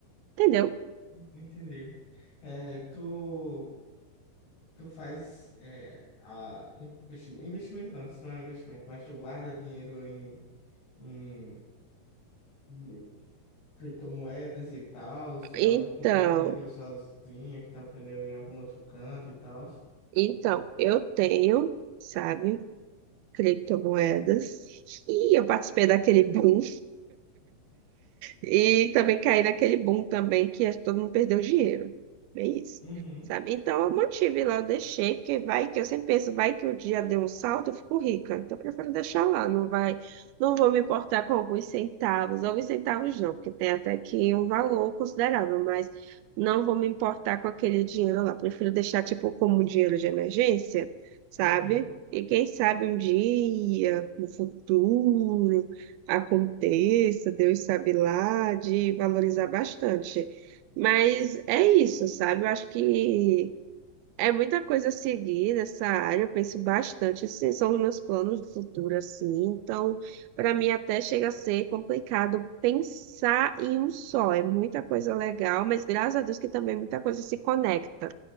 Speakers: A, on the right; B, on the left.
A: Entendeu?
B: entendi. É, tu, tu faz é, a investimento, investimento não, isso não é um investimento, mas tu guarda dinheiro em, em de- criptomoedas e tal, é
A: Então,
B: algo que tu aprendeu sozinha, que tu aprendeu em algum outro canto e tal.
A: então, eu tenho, sabe, criptomoedas. E eu participei daquele boom. E também caí naquele boom também que é, todo mundo perdeu dinheiro. É isso,
B: Uhum,
A: sabe? Então eu mantive lá, eu deixei, porque vai que eu sempre penso, vai que o dia deu um salto, eu fico rica. Então eu prefiro deixar lá, não vai, não vou me importar com alguns centavos, alguns centavos não, porque tem até que um valor considerável, mas não vou me importar com aquele dinheiro lá. Prefiro deixar tipo como um dinheiro de emergência, sabe?
B: uhum,
A: E quem sabe um dia, no futuro aconteça, Deus sabe lá, de valorizar bastante. Mas é isso, sabe? Eu acho que é muita coisa a seguir nessa área, eu penso bastante. Esses são os meus planos de futuro, assim. Então, para mim, até chega a ser complicado pensar em um só. É muita coisa legal, mas graças a Deus que também muita coisa se conecta.